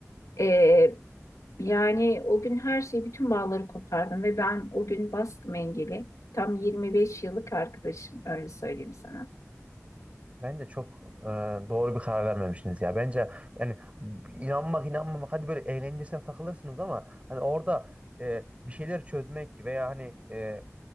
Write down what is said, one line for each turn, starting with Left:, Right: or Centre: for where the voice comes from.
Left: Ee, yani o gün her şeyi, bütün bağları kopardım ve ben o gün bastım engeli. Tam 25 yıllık arkadaşım, öyle söyleyeyim sana.
Right: Bence çok e, doğru bir karar vermemişsiniz ya. Bence yani inanmak inanmamak hadi böyle eğlencesine takılırsınız ama hani orada e, bir şeyler çözmek veya hani e,